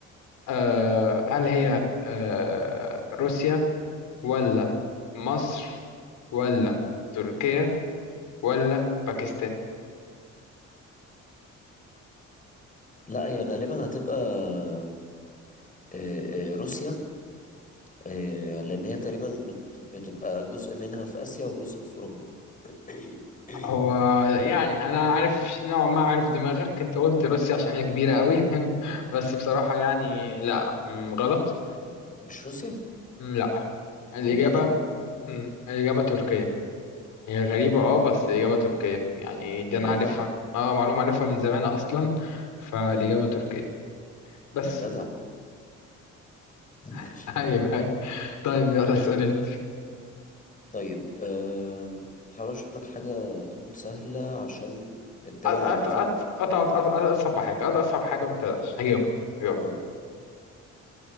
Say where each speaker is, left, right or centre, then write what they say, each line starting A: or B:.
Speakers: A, on the left; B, on the left.
A: أه هل هي أه روسيا ولا مصر ولا تركيا ولا باكستان
B: لا هي غالبا هتبقى أه أه روسيا أه لان هي تقريبا بت بتبقى جزء منها في اسيا وجزء في اوروبا <coughs>
A: هو يعني انا عارف نوعا ما عارف دماغك انت قلت روسيا عشان هي كبيرة قوي <laughs> بس بصراحة يعني لا م، غلط
B: مش روسيا
A: مم، لا الإجابة
B: يا جدع
A: مم، الإجابة تركية هي غريبة اه بس الإجابة تركية يعني دي
B: يا
A: أنا
B: جدع
A: عارفها اه معلومة عارفها من زمان <laughs> أصلا فالإجابة تركية بس
B: يا جدع <laughs> ماشي
A: <laughs> أيوه أيوه طيب يلا اسأل أنت
B: طيب أه حاول اشوف لك حاجه تكون سهله عشان الدول
A: أت- أت-
B: عامه
A: أت- أت- أت- أصعب حاجة أت- أصعب حاجة ما تقلقش هجاوب هجاوب
B: مم.